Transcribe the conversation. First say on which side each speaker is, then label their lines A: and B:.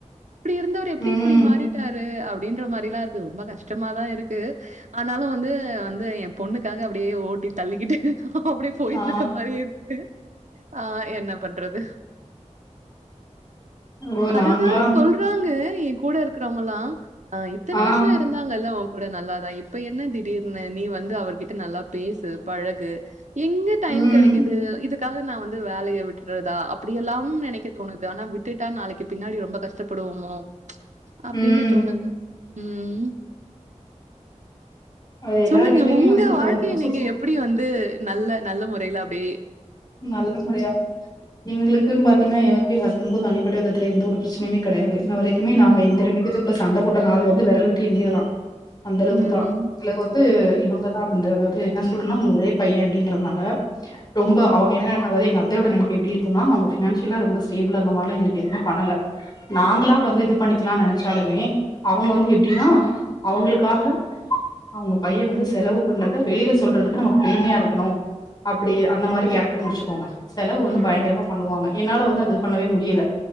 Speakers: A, on the right; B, on the left.
A: அப்டி இருந்தவரு எப்டி
B: ம்
A: இப்டி மாறிட்டாரு அப்டின்ற மாறிலாம் இருக்கு ரொம்ப கஷ்டமாதா இருக்கு ஆனாலு வந்து வந்து எ பொண்ணுக்காக அப்டியே ஓட் டி தள்ளிக்கிட்டு அப்டியே போய்ட்ருக்க
B: ஆ
A: மாறி இருக்கு ஆ என்ன பண்றது
B: ஓ
A: அதுதா
B: நாங்களா
A: சொல்றாங்க என் கூட இருக்குறவங்கலா அ இத்தன
B: ஆ
A: வருஷோ இருந்தாங்கல்ல ஓன் கூ கூட நல்லாதா இப்ப என்ன திடீர்னு நீ வந்து அவர்கிட்ட நல்லா பேசு பழகு எங்க டைம்
B: ம்
A: கெடக்கிது இதுக்காக நா வந்து வேலய விட்டுட்றதா அப்டி எல்லாம் நெனைக்கத் தோணுது ஆனா விட்டுட்டா நாளைக்கு பின்னாடி ரொம்ப கஷ்டப்படுவோமோ அப்டின்னு
B: ம்
A: தோணுது ம்
B: அது எல்லார்
A: சொல்லுங்க
B: வீட்லயுமே
A: உங்க
B: வந்து இந்த
A: வாழ்க்கய
B: ஒரு பொசசிவ்
A: நீங்க எப்டி வந்து நல்ல நல்ல மொறைய்ல அப்டே
B: நல்ல மொறையா எங்ளுக்குன் பாத்திங்னா எனக்கு ஹஸ்பண்ட்க்கு தனிப்பட்ட விதத் துல எந்த ஒரு ப்ரச்னயுமே கெடயாது இன்ன வரைக்குமே நாங்க
A: ம்.
B: எங்க ரெண்டு பேத்துக் குள்ள சண்ட போட்ட நாள் வந்து வெரல் விட்டு எண்ணிரலா அந்த அளவுக்கு
A: ம்.
B: தா எங்ளுக்கு வந்து
A: ம்.
B: இவங்கதா வந்து அதாது என்ன சொல்றன்னா அவங்க ஒரே பைய அப்டின்றதனால ரொம்ப
A: ம்.
B: அவங்க என்ன அதாது எங்க அத் த்தையோட நெனப்பு எப்டி இருக்குன்னா அவ்ங்க ஃபினான்ஷியலா ரொம்ப ஸ்டேபுளா அந்த மாற்லா எங்ளுக் எதுவுமேப் பண்ணல நாங்களா வந்து இது பண்ணி ணிக்கலாம் நெனச்சாலுமே அவுங்க வந்து எப்டின்னா அவங்குளுக்காக அவுங்க பைய வந்து செலவு பண்றத வெளில சொல்றதுக்கு நமக்கு பெருமயா இருக்கணு அப்டி அந்த மாறி கேரக் ருன்னு வச்சுக்கோங்க செலவு வந்து
A: ம்.
B: பயங்ரமா பண்ணுவாங்க என்னால வந்து அத இது பண்ணவே முடியல